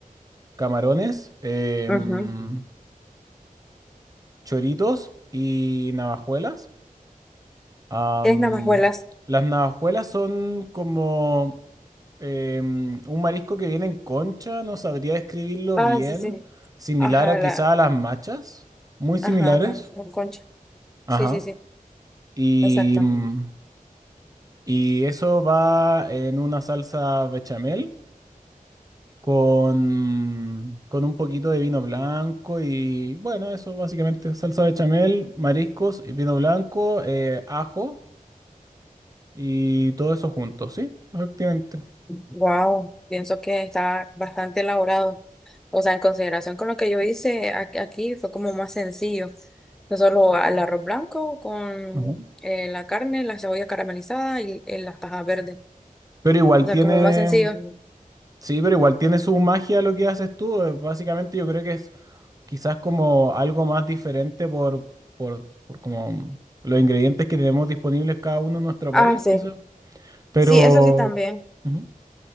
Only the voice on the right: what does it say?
camarones, em,
choritos y navajuelas. Am,
las navajuelas son como em, un marisco que viene en concha, no sabría describirlo
bien,
similar
a quizá
a las machas, muy similares.
Ajá.
Y,
mm, Y eso va en una salsa bechamel con, con un poquito de vino blanco y bueno, eso básicamente salsa bechamel, mariscos y vino blanco, eh, ajo y todo eso junto, ¿sí? Efectivamente.
Ujú.
Pero igual
tiene,
sí, pero igual tiene su magia lo que haces tú. eh, Básicamente yo creo que es quizás como algo más diferente por, por, por como los ingredientes que tenemos disponibles cada uno en nuestro
país,
quizás. Pero
Ujú.